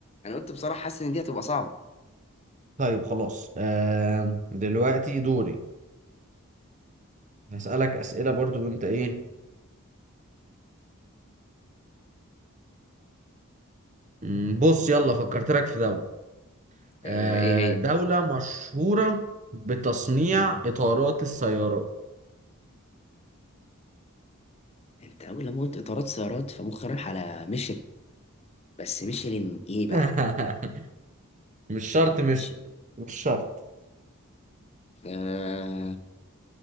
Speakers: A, on the left; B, on the right.
A: انا قلت بصراحه حاسس ان دي هتبقى صعبه
B: طيب خلاص آه دلوقتي دوري هسألك أسئلة برضو وانت ايه مم، بص يلا فكرت لك في دولة آه
A: آه ايه هي
B: دولة مشهورة بتصنيع
A: مم.
B: إطارات السيارات
A: انت اول لما قلت اطارات سيارات فمخي رايح على ميشلين بس ميشلين ايه بقى
B: <laughs> مش شرط مش
A: ماشي
B: مش شرط
A: آه